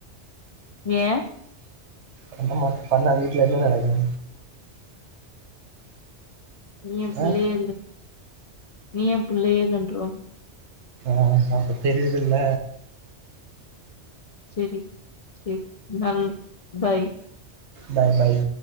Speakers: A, on the left (about 60°); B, on the right (about 75°).
A: ஏ
B: பண்ணமாட்டெ பண்ணா வீட்ல என்ன நடக்கு
A: நீ ஏ பிள்ளயானு
B: ஆ?
A: நீ ஏ பிள்ளையே இல்லன்ருவாங்க
B: ஆமா இப்ப தெரிய்தில்ல
A: செரி செரி நல் பாய்
B: பாய் பாய்